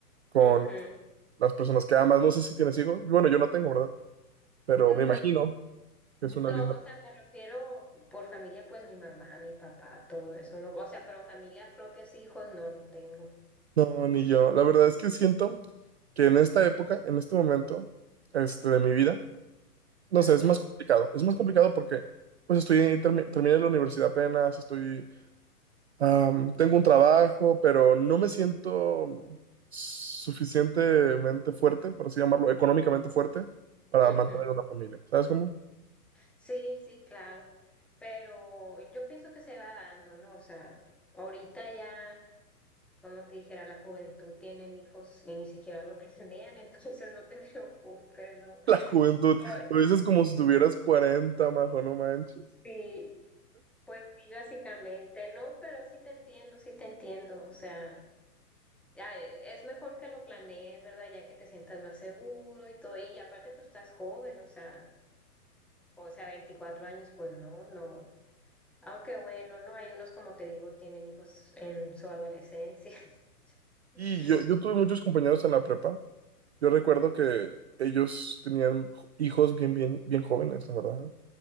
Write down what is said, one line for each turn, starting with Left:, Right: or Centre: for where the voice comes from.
Right: con
Centre: Ujú.
Right: las personas que amas. No sé si tienes hijos. Bueno, yo no tengo, ¿verdad? Pero
Centre: No,
Right: me imagino que es una
Centre: no,
Right: linda.
Centre: o sea, me refiero por familia, pues mi mamá, mi papá, todo eso, ¿no? O sea, pero familia propia, sí, hijos, no, no tengo.
Right: No, ni yo. La verdad es que siento que en esta época, en este momento, este, de mi vida, No
Centre: Ujú.
Right: sé, es más complicado. Es más complicado porque pues estoy termi- terminé la universidad apenas, estoy am, tengo un trabajo, pero no me siento suficientemente fuerte, por así llamarlo, económicamente fuerte para
Centre: Ujú.
Right: mantener una familia. ¿Sabes cómo? <laughs>
Centre: Sí, sí, claro, pero yo pienso que se va dando, ¿no? O sea, ahorita ya, como te dijera, la juventud tienen hijos y ni siquiera lo planean, <laughs> entonces no te <laughs> preocupes, ¿no?
Right: La juventud,
Centre: Ahora,
Right: lo dices como si tuvieras cuarenta majo, no manches.
Centre: Sí, pues sí, básicamente, no, pero sí te entiendo, sí te entiendo, o sea, ya, eh, es mejor que lo planees, ¿verdad? Ya que te sientas más seguro y todo, y aparte pues estás joven, o sea, o sea, 24 años, pues no, no. Aunque bueno, no hay unos, como te digo, tienen hijos en su adolescencia. <laughs>
Right: Y yo, yo tuve muchos compañeros en la prepa. Yo recuerdo que ellos tenían hijos bien, bien, bien jóvenes, la verdad,